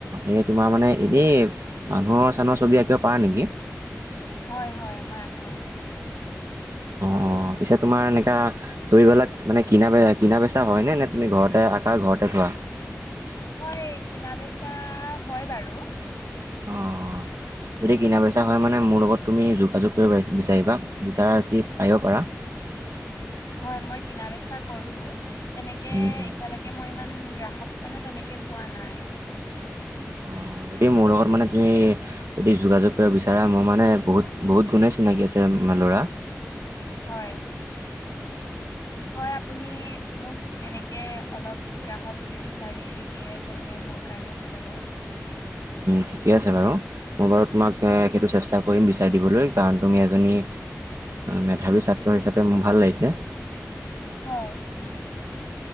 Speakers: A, on the right; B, on the left.
A: এ তোমাৰ মানে এনেই মানুহৰ-চানোহৰ ছবি আঁকিব পাৰা নেকি?
B: হয়, হয়, মই আঁকো।
A: অ অ পিছে তোমাৰ এনেকা ছবিবিলাক মানে কিনা কিনা-বেচা হয় নে, নে তুমি ঘৰতে থাকা ঘৰতে থোৱা
B: হয়, কিনা-বেচা হয় বাৰু
A: অহ- যদি কিনা-বেচা হয় মানে মোৰ লগত তুমি যোগাযোগ কৰিব বিচাৰিবা বিচাৰা যদি পাৰিব পাৰা
B: হয় মই কিনা বেচা কৰোঁ তেনেকে
A: উম,
B: এতিয়ালৈকে
A: উম,
B: মই ইমান গ্ৰাহক মানে তেনেকে পোৱা নাই।
A: অ যদি মোৰ লগত মানে তুমি যদি যোগাযোগ কৰিব বিচাৰা মোৰ মানে বহুত বহুত গুণেই চিনাকি আছে মে ল'ৰা
B: হয়। হয়, আপুনি মোক এনেকে অলপ গ্ৰাহক যদি বিচাৰি দিয়ে তেনে মোৰ কাৰণেও ভাল হ'ব।
A: ঠিকে আছে বাৰু মই বাৰু তোমাক
B: হয়
A: সেইটো চেষ্টা কৰিম বিচাৰ চাই দিবলৈ কাৰণ তুমি এজনী মেধাৱী ছাত্ৰ হিচাপে মোৰ ভাল লাগিছে।
B: হয়